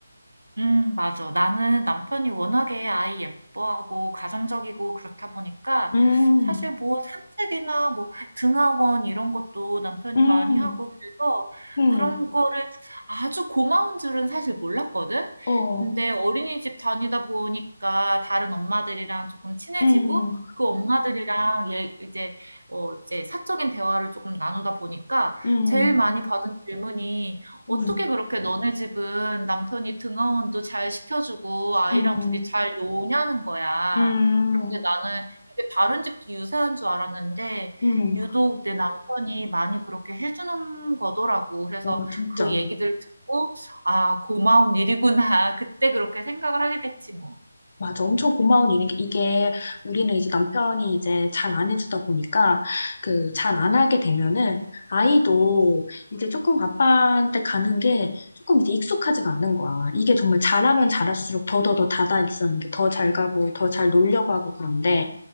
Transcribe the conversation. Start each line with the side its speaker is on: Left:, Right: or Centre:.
Right: 음, 맞아. 나는 남편이 워낙에 아이 예뻐하고 가정적이고 그렇다 보니까
Left: 음,
Right: 사실 뭐 산책이나 뭐 등하원 이런 것도 남편이
Left: 음,
Right: 많이 하고 그래서
Left: 음,
Right: 그런 거를 아주 고마운 줄은 사실 몰랐거든.
Left: 어,
Right: 근데 어린이집 다니다 보니까 다른 엄마들이랑 조금 친해지고
Left: 음,
Right: 그 엄마들이랑 얘 이제 어 이제 사적인 대화를 조금 나누다 보니까
Left: 음,
Right: 제일 많이 받은 질문이 어떻게
Left: 음,
Right: 그렇게 너네 집은 남편이 등하원도 잘 시켜주고 아이랑
Left: 음,
Right: 둘이 잘 노냐는 거야.
Left: 음.
Right: 그런데 나는 이게 다른 집도 유사한 줄 알았는데
Left: 음,
Right: 유독 내 남편이 많이 그렇게 해주는 거더라고. 그래서
Left: 어, 진짜.
Right: 그 얘기들 듣고 아, 고마운 일이구나. <laughs> 그때 그렇게 생각을 하게 됐지 뭐.
Left: 맞아. 엄청 고마운 일인 게, 이게 우리는 이제 남편이 이제 잘 안 해주다 보니까, 그, 잘 안 하게 되면은, 아이도 이제 조금 아빠한테 가는 게 조금 이제 익숙하지가 않은 거야. 이게 정말 잘하면 잘할수록 더더더 다다 있었는게더 잘 가고, 더 잘 놀려고 하고 그런데,